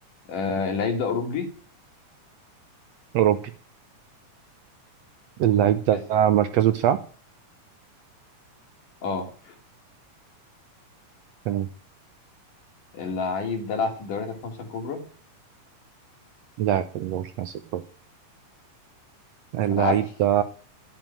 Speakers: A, on the left; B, on the right.
A: آه اللعيب ده اوروبي
B: أوروبي اللعيب
A: طيب
B: ده
A: اسم
B: مركزه دفاع
A: اه
B: تمام
A: اللعيب ده لعب في الدوريات الخمسة الكبرى
B: لا في الوسط. اللعيب
A: ما لعبش
B: ده